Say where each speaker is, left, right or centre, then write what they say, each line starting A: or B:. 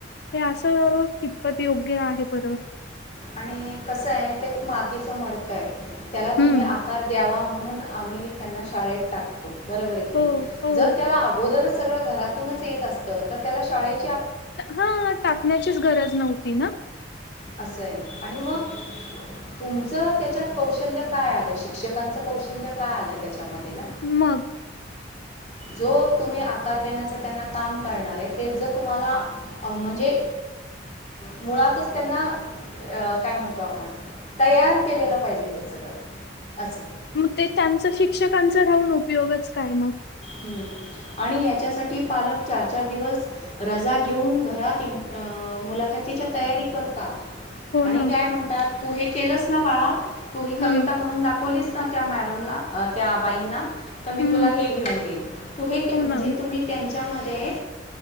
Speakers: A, on the left; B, on the left.
A: हे असं कितपत योग्य आहे. बरं.
B: आणि कसं आहे? ते मातीचं मडक आहे. त्याला
A: हं.
B: तुम्ही आकार द्यावा. म्हणून आम्ही त्यांना शाळेत टाकतो. बरोबर आहे की
A: हो,
B: नाही
A: हो.
B: जर त्याला अगोदरच सगळं घरातूनच येत असत तर त्याला शाळेत
A: हा टाकण्याचीच गरज नव्हती ना.
B: असं आहे आणि मग तुमचं त्याच्यात कौशल्य काय आलं? शिक्षकांचं कौशल्य काय आलं? त्याच्यामध्ये ना
A: मग?
B: जो तुम्ही आकार देण्याच त्यांना काम करणार आहे तेच जर तुम्हाला म्हणजे मुळातच त्यांना काय म्हणतो आपण तयार केलेलं पाहिजे ते सगळं असं
A: मग ते त्यांचा शिक्षकांचा राहून उपयोगच काय मग
B: हम आणि ह्याच्यासाठी पालक चार चार दिवस रजा घेऊन घरात मुलाखतीच्या तयारी करतात
A: हो
B: आणि
A: ना.
B: काय म्हणतात तू हे केलंस <unintelligible> तू ही कविता
A: हं.
B: म्हणून दाखवलीस त्या मॅडमला त्या बाईंना तर मी
A: हं,
B: तुला हे घेऊन तु म्हणजे
A: हो ना.
B: तुम्ही त्यांच्यामध्ये